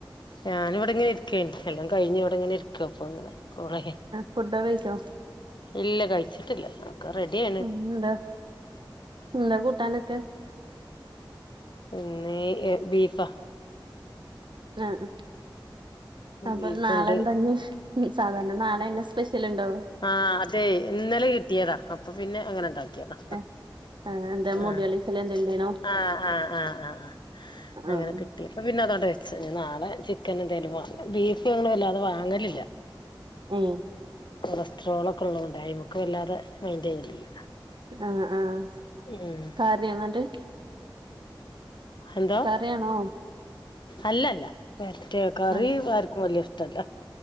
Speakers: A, on the left; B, on the right.
A: ഞാൻ ഇവിടെ ഇങ്ങനെ ഇരിക്കേന് എല്ലാം കഴിഞ്ഞ് ഇവിടെ ഇങ്ങനെ ഇരിക്കും അപ്പ അങ്ങനെ കോള് ചെയാൻ
B: ഫുഡോകെ കഴിച്ചോ
A: ഇല്ല കഴിച്ചിട്ടില്ല ക്കെ റെഡിയ
B: അങ്ടാ എന്താ കൂട്ടാനൊക്കെ
A: ഇന്നേ എ ബീഫാ
B: ആ അഹ് അപ്പൊ
A: ബീഫുണ്ട്
B: നാളെന്താഞ്ഞി ഞ് സാധാരണ നാളെയാണ് സ്പെഷ്യൽ ഉണ്ടോ
A: ആ അതെ ഇന്നലെ കിട്ടിയതാ അപ്പൊ പിന്നെ അങ്ങനെ ഉണ്ടാക്കിയതാ
B: ഏഹ് ആഹ് എന്താ മുടികളിച്ചല്
A: ആഹ്
B: എന്തേലുണ്ടായിനോ
A: ആ ആഹ് ആഹ് ആഹ് അങ്ങനെ
B: ആഹ്
A: കിട്ടിയ അപ്പ പിന്നെ അതവിടെ വെച്ചു ഇനി നാളെ ചിക്കനേന്തേലും വാങ്ങണം ബീഫ് ഞങ്ങള് അല്ലാതെ വാങ്ങലില്ല.
B: മ്
A: കൊളസ്ട്രോളോക്കെ ഉള്ളകൊണ്ടായി മക്ക് വല്ലാതെ മൈന്റ് ചെയ്യലില്ല
B: അ ആഹ്
A: ഉം
B: കാര്യന്നട്ട്
A: എന്തോ
B: കറിയാണോ
A: അല്ലല്ല വരട്ടിയ കറി
B: ആഹ്
A: ആർക്കും വലിയ ഇഷ്ടല്ല